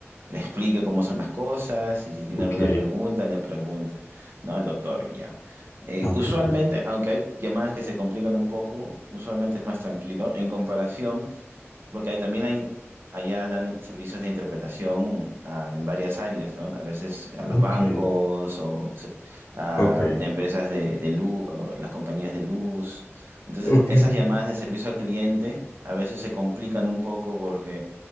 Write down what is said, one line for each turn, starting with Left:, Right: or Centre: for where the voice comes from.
Right: le explique cómo son las cosas y si tiene
Left: Ok,
Right: alguna pregunta le pregunta ¿no? al doctor y ya. Eh,
Left: ok,
Right: usualmente, aunque hay llamadas que se complican un poco, usualmente es más tranquilo en comparación porque ahí también hay, allá dan servicios de interpretación ah, en varias áreas, ¿no? A veces a los
Left: ok,
Right: bancos o se- a
Left: ok,
Right: empresas de, de luz, las compañías de luz. Entonces,
Left: ok.
Right: esas llamadas de servicio al cliente a veces se complican un poco porque